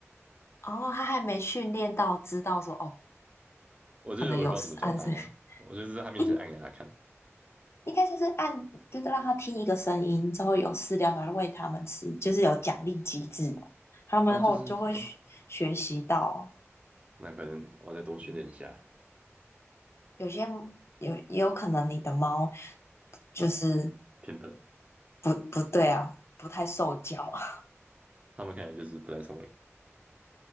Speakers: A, on the left (about 60°); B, on the right (about 25°).
A: 哦，他还没训练到知道说哦，
B: <laughs> 我就是我也不知道怎么教它嘛，
A: 可能有事按这。
B: 我就是在它面前按给它看，
A: <laughs> 应该就是按，就是让它听一个声音之后有饲料来喂它们吃，就是有奖励机制的。它们后就会学学习到，
B: 哦，就是对啊那可能我再多训练一下，
A: 有些有也有可能你的猫就是
B: 偏笨，
A: 不不对啊，不太受教啊，
B: 它们看起来就是不太聪明，